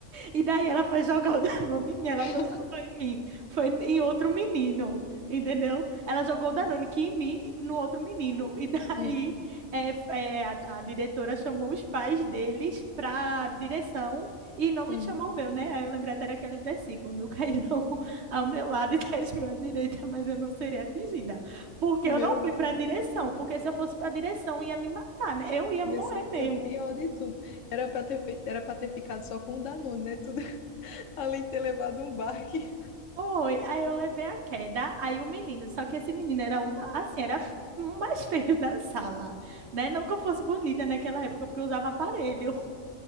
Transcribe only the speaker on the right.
E daí ela foi jogar o Danone em mim, ela
não jogou em mim, foi em outro menino, entendeu? Ela jogou
o Danone que em mim e no outro menino. E daí
é, f- é, a, a diretora chamou os pais deles para direção e não me
chamou o meu, né? Aí eu lembrei até daquele versículo, meu cairão <laughs> ao meu lado e dez mil à direita, mas eu não seria atingida. Porque
eu não fui para
a direção, porque se eu fosse para a direção ia me matar, né? Eu ia morrer
mesmo.
Foi, aí eu levei a queda, aí o menino, só que esse menino era um, assim, era f- o mais <laughs> feio da sala, né? Não que eu fosse bonita naquela época, porque eu usava aparelho.